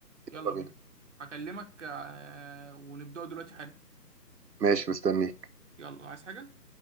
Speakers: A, on the right (about 45°); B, on the right (about 75°).
A: يلا
B: يلا بينا
A: بينا هكلمك آه، ونبدأوا دلوقتي حالا
B: ماشي مستنيك
A: يلا عايز حاجة؟